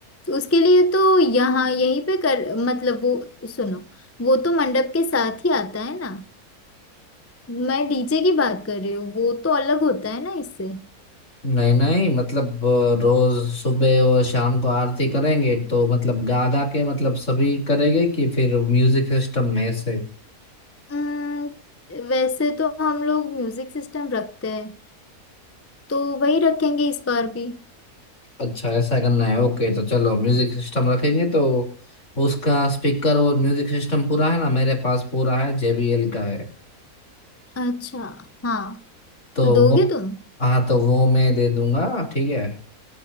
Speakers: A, on the left; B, on the left.
A: उसके लिए तो यहाँ यहीं पे कर मतलब वो सुनो वो तो मंडप के साथ ही आता है ना मैं डीजे की बात कर रही हूँ वो तो अलग होता है ना इससे
B: नहीं नहीं मतलब अ, रोज सुबह और शाम को आरती करेंगे तो मतलब गा गा के मतलब सभी करेंगे कि फिर म्यूजिक सिस्टम में से
A: अम्म, वैसे तो हम लोग म्यूजिक सिस्टम रखते हैं तो वही रखेंगे इस बार भी
B: अच्छा ऐसा करना है ओके तो चलो म्यूजिक सिस्टम रखेंगे तो उसका स्पीकर और म्यूजिक सिस्टम पूरा है ना मेरे पास पूरा है JBL का है
A: अच्छा हाँ
B: तो
A: तो दोगे
B: वो
A: तुम
B: हाँ तो वो मैं दे दूंगा ठीक है